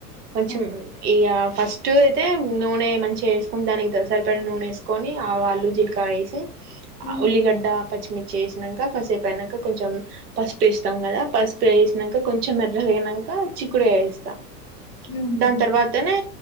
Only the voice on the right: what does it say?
కొంచెం
ఇగా ఫస్టు అయితే నూనె మంచిగా ఏసుకుని దానికి సరిపడిన నూనె వేసుకొని ఆవాలు జీలకర్ర ఏసి
ఆ ఉలీగడ్డ పచ్చిమిర్చ్ ఏసినంక కాసేపు అయినాక కొంచెం పసుపు వేస్తాం కదా పసుపు వేసినాక కొంచెం మెర్రగా అయినాక చిక్కుడుగాయ వేస్తా
దాని తర్వాతనే